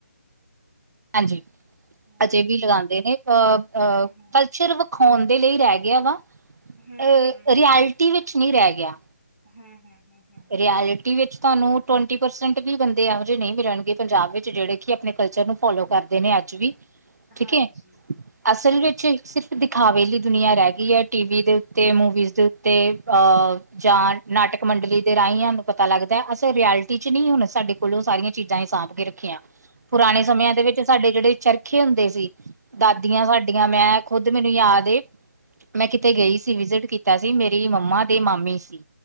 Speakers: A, on the right; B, on the right.
A: ਹਾਂਜੀ
B: ਹਮ
A: ਅਜੇ ਵੀ ਲਗਾਉਂਦੇ ਨੇ ਅ
B: ਹਮ ਹਮ
A: ਕਲਚਰ। ਦਿਖਾਉਣ ਦੇ ਲਈ ਰਹਿ ਗਿਆ ਵਾ
B: ਹਮ
A: ਅਹ ਰਿਐਲਟੀ ਵਿੱਚ ਨਹੀਂ ਰਹਿ ਗਿਆ।
B: ਹਮ ਹਮ ਹਮ ਹਮ
A: ਰਿਐਲਿਟੀ ਵਿੱਚ ਤੁਹਾਨੂੰ ਟਵੰਟੀ ਪਰਸੈਂਟ ਵੀ ਬੰਦੇ ਇਹੋ ਜਹੇ ਨਹੀਂ ਮਿਲਣਗੇ ਪੰਜਾਬ ਵਿੱਚ ਜਿਹੜੇ। ਆਪਣੇ ਕਲਚਰ ਨੂੰ ਫੋਲੋ ਕਰਦੇ ਨੇ ਅੱਜ ਵੀ ਠੀਕ
B: ਹਾਂਜੀ
A: ਹੈ। ਅਸਲ ਵਿੱਚ ਸਿਰਫ ਦਿਖਾਵੇ ਲਈ ਦੁਨੀਆਂ ਰਹਿ ਗਈ ਹੈ ਟੀਵੀ ਦੇ ਉੱਤੇ ਮੂਵੀਜ਼ ਦੇ ਉੱਤੇ ਅਹ। ਜਾਨ ਨਾਟਕ ਮੰਡਲੀ ਦੇ ਰਾਹੀਂ ਸਾਨੂੰ ਪਤਾ ਲੱਗਦਾ ਹੈ ਅਸੀਂ ਰਿ ਐਲਟੀ ਚ ਨਹੀਂ ਹੁਣ ਸਾਡੇ ਕੋਲੋਂ ਉਹ ਸਾਰੀਆਂ ਚੀਜ਼ਾਂ ਹੀ ਸਾਂਭ ਕੇ ਰੱਖੀਆਂ।
B: <inaudible>
A: ਪੁਰਾਣੇ
B: ਹਾਂਜੀ
A: ਸਮਿਆਂ ਦੇ ਵਿੱਚ ਸਾਡੇ ਜਿਹੜੇ ਚਰਖੇ ਹੁੰਦੇ ਸੀ ਦਾਦੀਆਂ
B: ਹਮ ਹਮ
A: ਸਾਡੇ। ਮੈਂ ਖੁਦ ਮੈਨੂੰ ਯਾਦ ਏ। ਮੈਂ ਕਿਤੇ ਗਈ ਸੀ ਵਿਜ਼ੀਟ ਕੀਤਾ ਸੀ ਮੇਰੀ ਮੰਮਾ ਦੇ ਮਾਮੀ ਸੀ।